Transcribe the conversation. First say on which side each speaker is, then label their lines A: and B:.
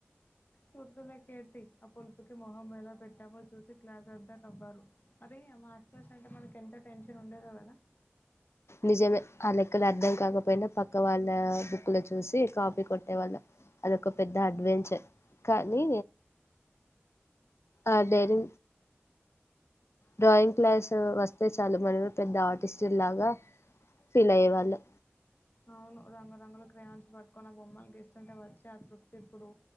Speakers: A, on the left; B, on the left.
A: గుర్తులేకేంటి ఆ పులుపుకి మొహం ఎలా పెట్టామో చూసి క్లాస్ అంతా నవ్వారు మరి ఆ మాథ్స్ క్లాస్ అంటే మనకి ఎంత టెన్షన్ ఉండేదో కదా
B: నిజమే ఆ లెక్కలు అర్థం కాకపోయినా పక్క వాళ్ళ బుక్ లో చూసి కాపీ కొట్టే వాళ్ళం అదొక పెద్ద అడ్వెంచర్ కానీ ఆ డేరి డ్రాయింగ్ క్లాసు వస్తే చాలు మనమే పెద్ద ఆర్టిస్టులు లాగా ఫీల్ అయ్యే వాళ్ళు
A: అవును రంగురంగుల క్రేయాన్స్ పట్టుకొని బొమ్మలు గీస్తుంటే వచ్చే ఆ తృప్తి ఇప్పుడు